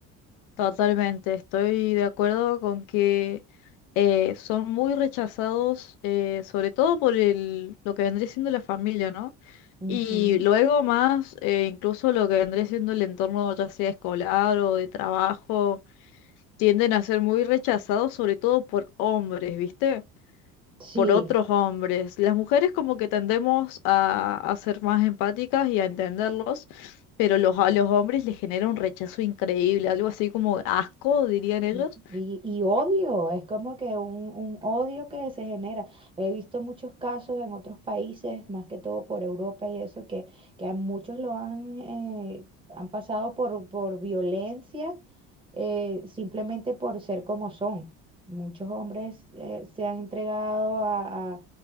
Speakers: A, on the left (about 80°); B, on the right (about 15°).
A: Totalmente, estoy de acuerdo con que eh, son muy rechazados, eh, sobre todo por el, lo que vendría siendo la familia, ¿no?
B: Ujú.
A: Y luego más, eh, incluso lo que vendría siendo el entorno ya sea escolar o de trabajo, tienden a ser muy rechazados, sobre todo por hombres, ¿viste?
B: Sí.
A: Por otros hombres. Las mujeres como que tendemos a, a ser más empáticas y a entenderlos, pero los, a los hombres les genera un rechazo increíble, algo así como asco, dirían ellos.
B: Mm, Y, y odio, es como que un, un odio que se genera. He visto muchos casos en otros países, más que todo por Europa y eso, que, que a muchos lo han, eh, han pasado por, por violencia eh, simplemente por ser como son. Muchos hombres eh, se han entregado a, a-